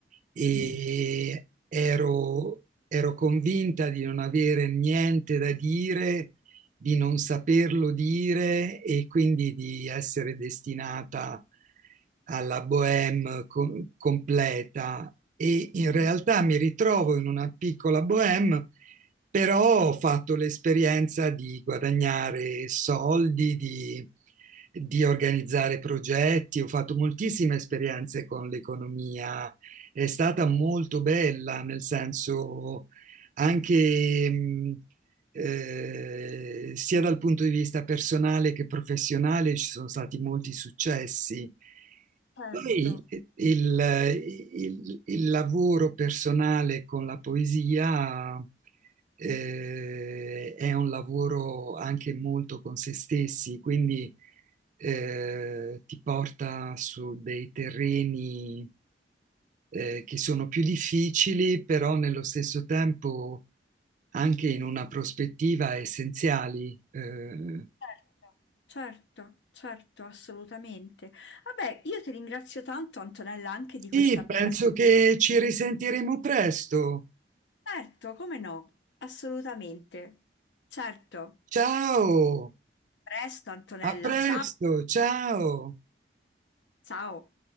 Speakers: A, on the right; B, on the left.
A: e
B: mh-mh,
A: ero, ero convinta di non avere niente da dire, di non saperlo dire e quindi di essere destinata alla bohème co- completa. E in
B: mh-mh.
A: realtà mi ritrovo in una piccola bohème però ho fatto l'esperienza di guadagnare soldi, di, di organizzare progetti, ho fatto moltissime esperienze con l'economia, è stata molto bella, nel senso anche mh, eh, sia dal punto di vista personale che professionale ci sono stati molti successi
B: Certo,
A: poi eh, il, eh, il- il lavoro personale con la poesia eh, è un lavoro anche molto con se stessi, quindi eh, ti porta su dei terreni eh, che sono più difficili, però nello stesso tempo anche in una prospettiva essenziali. Eh,
B: certo, certo, certo, assolutamente. Vabbè, io ti ringrazio tanto Antonella anche di
A: sì,
B: questa bella
A: penso che ci risentiremo presto.
B: Certo, come no? Assolutamente. Certo.
A: Ciao!
B: Presto, Antonella.
A: A presto,
B: Ciao.
A: ciao!
B: Ciao.